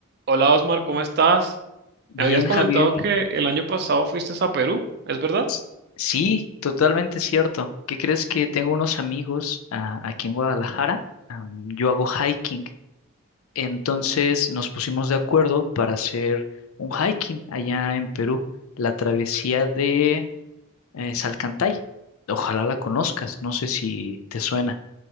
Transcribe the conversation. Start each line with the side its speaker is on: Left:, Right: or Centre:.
Right: Hola Osmar, ¿cómo estás?
Left: Bien,
Right: Me habías comentado
Left: Javier.
Right: que el año pasado fuiste a Perú, ¿es verdad?
Left: S- Sí, totalmente cierto. ¿Qué crees que tengo unos amigos ah, aquí en Guadalajara? Am, yo hago hiking. Entonces nos pusimos de acuerdo para hacer un hiking allá en Perú, la travesía de eh, Salcantay. Ojalá la conozcas, no sé si te suena.